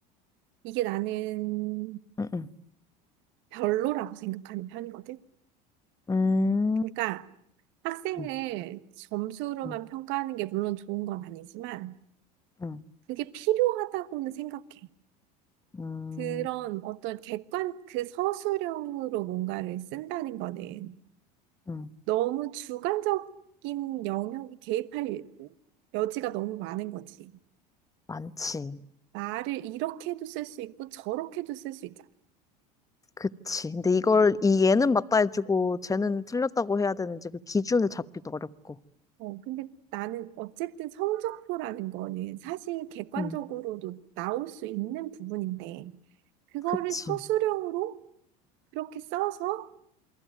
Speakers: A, on the right (about 60°); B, on the left (about 15°).
A: 이게 나는
B: 응, 응,
A: 별로라고 생각하는 편이거든.
B: 음,
A: 그러니까 학생을
B: 응,
A: 점수로만
B: 응,
A: 평가하는 게 물론 좋은 건 아니지만
B: 응,
A: 그게 필요하다고는 생각해.
B: 음,
A: 그런 어떤 객관, 그 서술형으로 뭔가를 쓴다는 거는
B: 응.
A: 너무 주관적인 영역에 개입할 여지가 너무 많은 거지.
B: 많지.
A: 말을 이렇게도 쓸 수 있고 저렇게도 쓸 수 있잖아.
B: 그치. 근데 이걸 이 얘는 맞다 해주고 쟤는 틀렸다고 해야 되는지 그 기준을 잡기도 어렵고.
A: 어, 근데 나는 어쨌든 성적표라는 거는 사실 객관적으로도
B: 응,
A: 나올 수 있는 부분인데, 그거를
B: 그치.
A: 서술형으로 그렇게 써서